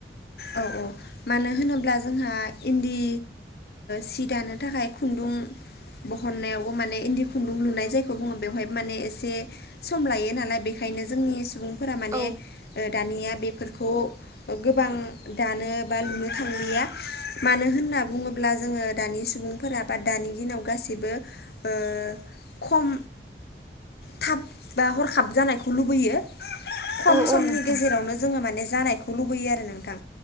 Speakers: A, on the left (about 60°); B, on the right (about 15°).
A: औ औ मानो होनोब्ला जोंहा इन्दि सि दानो थाखाय खुन्दुं बहननायावबो माने इन्दि खुन्दुं लुनाय जायखौ बुङो बेवहाय माने एसे सम लायो नालाय बेनिखायनो बेखायनो जोंनि सुबुं फोरा माने
B: औ
A: दानिया बेफोरखौ गोबां दानो लुनो थांलिया मानो होनना बुङोब्ला जोङो दानि सुबुंफोरा बा दानि दिनाव गासिबो सिबो खम थाब बा हरखाब जानायखौ लुबैयो खम
B: औ
A: समनि
B: औ नोंथां
A: गेजेरावनो जोङो माने जानायखौ लुबैयो आरो नोंथां